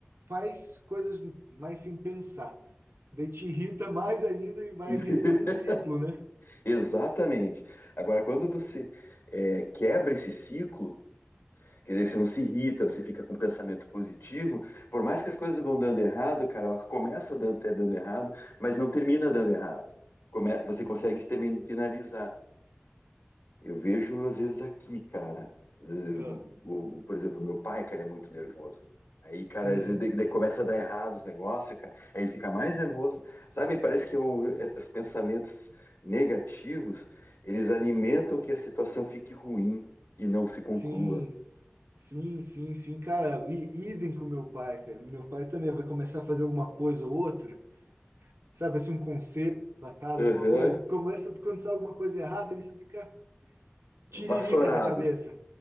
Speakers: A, on the right; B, on the left.
A: faz coisas mais sem pensar. Daí te irrita mais ainda e vai
B: <laughs>
A: virando um ciclo, né?
B: Exatamente. Agora, quando você eh, quebra esse ciclo. Porque daí você não se irrita, você fica com um pensamento positivo. Por mais que as coisas vão dando errado, cara, ela começa dando, até dando errado, mas não termina dando errado. Come- você consegue terminar, finalizar. Eu vejo, às vezes, aqui, cara. Às vezes, eu-
A: Ah,
B: o- o- por exemplo, meu pai, cara, é muito nervoso. Aí, cara,
A: sim,
B: às vezes daí- daí começa a dar errado os negócios, cara. Aí ele fica mais nervoso. Sabe, parece que o- é- os pensamentos negativos, eles alimentam que a situação fique ruim e não se conclua.
A: sim. Sim, sim, sim, cara, e idem com meu pai, cara. Meu pai também vai começar a fazer alguma coisa ou outra, sabe, assim, um concerto pra casa,
B: Aham.
A: alguma coisa. Começa quando sai alguma coisa errada, ele já fica tiririca
B: Vassourado.
A: da cabeça.